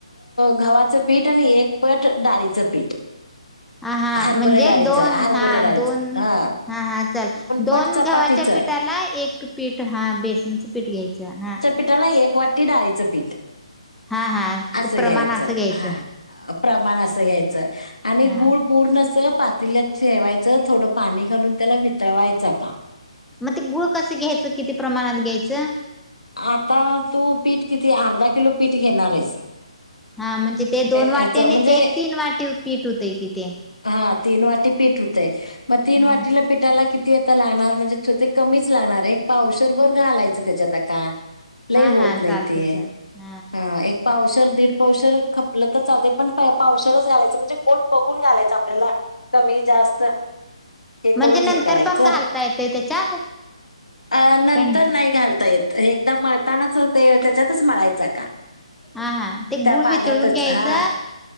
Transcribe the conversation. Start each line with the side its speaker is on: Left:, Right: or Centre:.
Left: गव्हाच पीठ आणि एक पट डाळीचं पीठ
Centre: हा हा
Left: हरभरा
Centre: म्हणजे
Left: डाळीचं,
Centre: दोन
Left: हरभरा
Centre: हा
Left: डाळीचं
Centre: दोन
Left: हां.
Centre: हा, हा चल दोन
Left: पट चपातीचं
Centre: गव्हाच्या पीठाला एक पीठ हा बेसनचं पीठ घ्यायचं हा
Left: पीठाला एक वाटी डाळीचं पीठ
Centre: हा हा
Left: अस घ्यायचं
Centre: प्रमाण असं घ्यायचं
Left: हा प्रमाण अस घ्यायचं आणि
Centre: हा
Left: गूळ पूर्ण अस पातीलात ठेवायचं थोडं पाणी घालून त्याला वितळवायचं का?
Centre: मग ते गुळ कसं घ्यायचं किती प्रमाणात घ्यायचं?
Left: आता तू पीठ किती अर्धा किलो पीठ घेणार आहेस?
Centre: हा म्हणजे ते दोन
Left: ह्याचं
Centre: वाटी आणि
Left: म्हणजे
Centre: ते एक तीन वाटी पीठ होते कि ते.
Left: हा तीन वाटी पीठ होतयं मग तीन
Centre: हा
Left: वाटीला पीठाला की ते आता लागणार म्हणजे छोटे कमीच लागणार एक पावशेर बर घालायचं त्याच्यात का लई
Centre: हा
Left: होत
Centre: हा
Left: नाही
Centre: चालते
Left: ते
Centre: चालते
Left: हा एक पावशेर दीड पावशेर खपलं तर चालतंय पण पावशेरच घालायचं म्हणजे गोड बघून घालायचं. आपल्याला कमी जास्त हे
Centre: म्हणजे
Left: करून हे
Centre: नंतर
Left: करायचं
Centre: पण घालता येतय त्याच्यात
Left: अ नंतर
Centre: काय
Left: नाही घालता येत एकदा मळतानाच ते त्याच्यातच मळायच का?
Centre: हा हा ते
Left: त्या
Centre: गुळ
Left: पाण्यातच
Centre: वितळून घ्यायचं
Left: हा